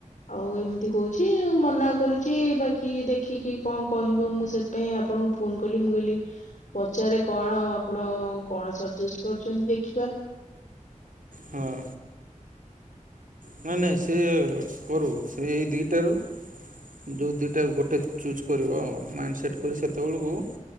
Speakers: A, on the left; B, on the right.
A: ଆଉ ଏମିତି କହୁଛି ମନା କରୁଚି ବାକି ଦେଖିକି କଣ କହିବ ମୁଁ ସେ ଥି ପାଇଁ ଆପଣଙ୍କୁ ଫୋନ୍ କଲି ମୁଁ କହଲି ପଚାରେ କଣ ଆପଣ କଣ ସଜେଷ୍ଟ କରୁଚନ୍ତି ଦେଖିବା।
B: ହଁ। ନାଇଁ-ନାଇଁ ସେ କରୁ, ସେ ଏଇ ଦି ଟାରୁ ଯେଉଁ ଦିଟା ଗୋଟେ ଚୁଜ୍ କରିବ ଆଉ ମାଇଣ୍ଡ ସେଟ୍ କରି ସେତବଳକୁ